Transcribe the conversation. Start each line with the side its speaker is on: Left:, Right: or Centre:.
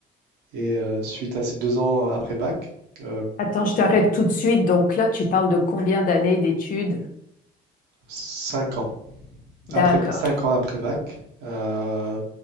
Right: Et euh, suite à ces deux ans après bac, euh,
Left: Attends, je t'arrête tout de suite. Donc là, tu parles de combien d'années d'études?
Right: cinq ans
Left: D'accord.
Right: après, cinq ans après bac, euh,